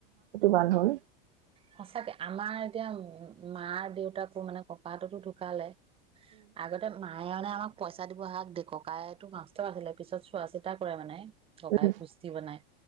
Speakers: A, on the right; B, on the right.
A: ভাল হ'ল।
B: সঁচাকে আমাৰ এতিয়া উ, মাৰ দেউতাকো মানে ককাটোতো ঢুকালে। আগতে মা মায়ে মানে আমাক পইচা দিব হাগ দিয়ে, ককাতো মাষ্টৰ আছিলে, পিছত চোৱা চিতা কৰে মানে।
A: উম
B: ককাই কুষ্টি বনাই,